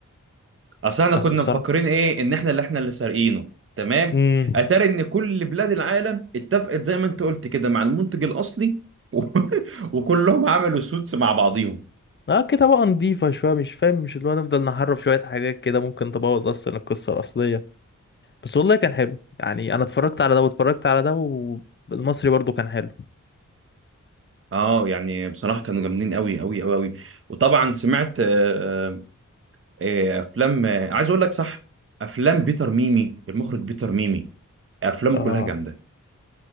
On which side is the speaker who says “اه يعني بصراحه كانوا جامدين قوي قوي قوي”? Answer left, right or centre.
Right